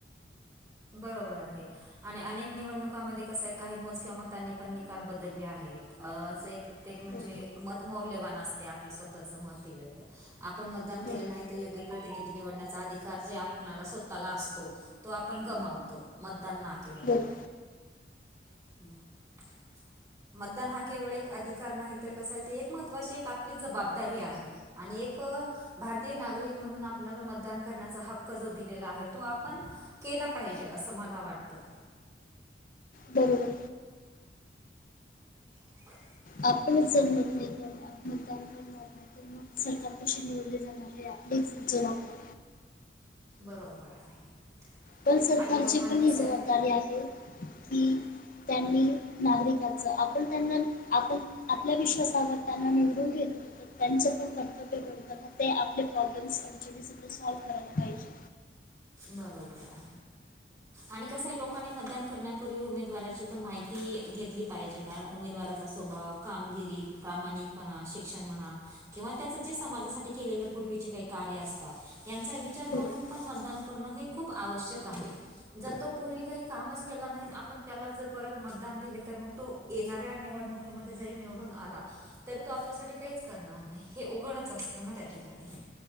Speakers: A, on the right; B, on the left.
A: बरोबर आहे, आणि अनेक निवडणुकामध्ये कसं आहे काही मोज किं मतांनी पण निकाल बदलले आहेत, अ असं एक प्रत्येक म्हणजे
B: हो
A: मतमौल्यवान असते आपलं स्वतःच मत दिलं, आपण मतदान
B: बरोबर
A: केल नाही. योग्य प्रतिनिधी निवडण्याचा अधिकार जे आपल्याला स्वतःला असतो तो आपण गमावतो, मतदान ना केल्यामुळे.
B: बरोबर
A: <inaudible> <unintelligible> मतदान हा केवळ एक अधिकार नाही तर कसा आहे ते एक महत्त्वाची एक आपली जबाबदारी आहे. आणि एक भारतीय नागरिक म्हणून आपल्याला मतदान करण्याचा हक्क जो दिलेला आहे तो आपण केला पाहिजे असं मला वाटतं.
B: बरोबर.
A: <inaudible> <unintelligible>
B: आपण ज <unintelligible> त नाही कर आप तग कर <unintelligible> मग सरकार कशी निवडले जाणार हे आपलेच जन आपल्या.
A: बरोबर आहे.
B: पण सरकारची
A: आणि लोकांनी
B: पण
A: कसं
B: ही जबाबदारी
A: आहे
B: आहे की त्यांनी नागरिकाचं आपण त्यांना आपण आपल्या विश्वासावर त्यांना निवडून घेतो. तर त्यांचं पण कर्तव्य बनतात ते आपले प्रॉब्लेम्स अडच्याणी सगळ सॉल्व्ह करायला पाहिजे.
A: बरोबर आहे. आणि कस आहे लोकांनी मतदान करण्यापूर्वी उमेदवाराची पण माहिती घेतली पाहिजे. कारण उमेदवाराचा स्वभाव, कामगिरी, प्रामाणिकपणा, शिक्षण म्हणा किंवा त्याच जे समाजासाठी केलेले पूर्वीचे काही कार्य असतात त्यांचा विचार
B: बरोबर
A: करून पण मतदान करणं हे खूप आवश्यक आहे. जर तो पूर्वी काही कामच केला नाही आपण त्याला जर परत मतदान दिले तर मग तो येणाऱ्या निवडणुकीमध्ये जरी निवडून आला तरी तो आपल्यासाठी काहीच करणार नाही हे उघडच असतं ना त्या ठिकाणी.